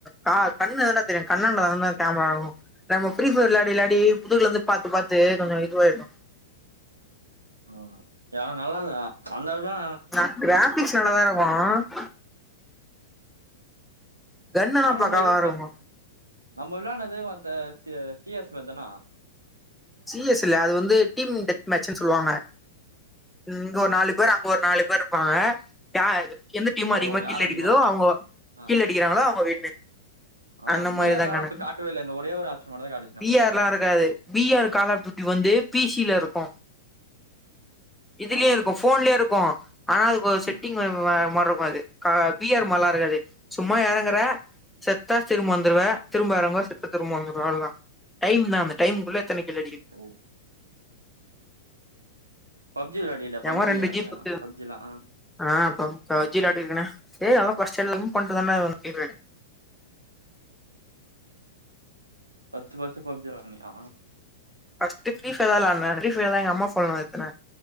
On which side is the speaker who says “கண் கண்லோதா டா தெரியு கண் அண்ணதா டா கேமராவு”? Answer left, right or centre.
Centre